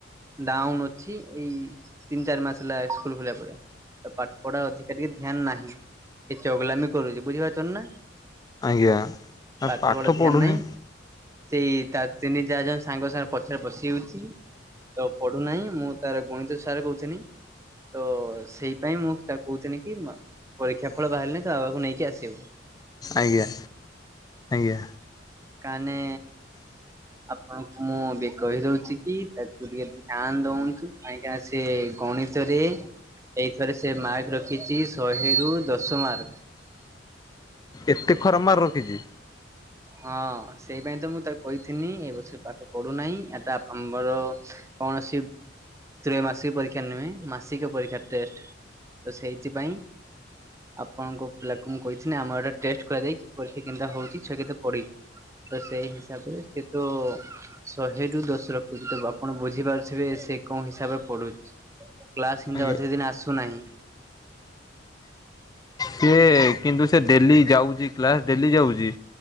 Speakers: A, on the right (about 15°); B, on the left (about 20°).
A: ଡାଉନ ଅଛି, ଏଇ ତିନି ଚାରି ମାସ ହେଲା ସ୍କୁଲ ଖୋଲିବା ପରେ। ପାଠ ପଢା ଅଧିକା ଟିକେ ଧ୍ୟାନ ନାହିଁ ଚଗଲାମି କରୁଛି ବୁଝିପାରୁଛନ୍ତି ନା?
B: ଆଜ୍ଞା ଆଉ
A: ପାଠପଢା
B: ପାଠ
A: ଧ୍ୟାନ
B: ପଢୁନି
A: ନାହିଁ ସେଇ ତା ତିନି ଚାରି ଜଣ ସାଙ୍ଗ ସାଙ୍ଗରେ ପଛରେ ବସିଯାଉଛି ତ ପଢୁନାହିଁ ମୁଁ ତାର ଗଣିତ ସାର କହୁଥିନୀ ତ ସେଇପାଇଁ ମୁଁ ତାକୁ କହୁଥିଲି କି ପରୀକ୍ଷା ଫଳ ବାହାରିଲେ ତୋ ବାବାକୁ ନେଇକି ଆସିିବୁ।
B: ଆଜ୍ଞା ଆଜ୍ଞା
A: କାନେ
B: <inaudible>
A: ଆପଣଙ୍କୁ ମୁଁ ବି କହି ଦଉଛି କି ତାକୁ ଟିକେ ଧ୍ୟାନ ଦନ୍ତୁ କାହିଁକି ନା ସେ ଗଣିତରେ ଏଇଥରେ ସେ ମାର୍କ ରଖିଛି ଶହେରୁ ଦଶ ମାର୍କ।
B: ଏତେ ଖରାପ ମାର୍କ ରଖିଛି।
A: ହଁ ସେଇପାଇ ତ ମୁଁ ତାକୁ କହିଥିନି ଏ ବର୍ଷ ସେ ପାଠ ପଢୁନାହିଁ ଏଟା ଆମର କୌଣସି ତ୍ରୟ ମାସିକ ପରୀକ୍ଷା ନୁହେଁ ମାସିକ ପରୀକ୍ଷା ଟେଷ୍ଟ ତ ସେଇଥିପାଇଁ ଆପଣଙ୍କ ପିଲାକୁ ମୁଁ କହିଥିଲି ଆମର ଏଟା ଟେଷ୍ଟ କରାଇକି ପରକ୍ଷା କେନ୍ତା ହଉଛି ଛୁଆ କେତେ ପଢେ ତ ସେଇ ହିସାବରେ ସେ ତ ଶହେରୁୁ ଦଶ ରଖୁଛି ତ ଆପଣ ବୁଝିପାରୁଥିବେ ସେ କଉଁ ହିସାବରେ ପଢ଼ୁଛି। କ୍ଲାସ ହିନ୍ଦା
B: ଆଜ୍ଞା।
A: ଅଧେ ଦିନ ଆସୁନାହିଁ।
B: ସି କିନ୍ତୁ ସେ ଡେଲି ଯାଉଛି କ୍ଲାସ ଡେଲି ଯାଉଛି।